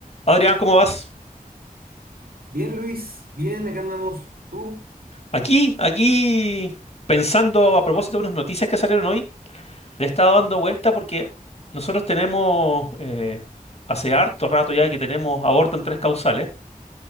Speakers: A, on the left; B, on the right.
A: Adrián, ¿cómo vas?
B: Bien, Luis, bien, acá andamos. ¿Tú?
A: Aquí, aquí, pensando a propósito de unas noticias que salieron hoy, le he estado dando vuelta porque nosotros tenemos, eh, hace harto rato ya que tenemos aborto en tres causales,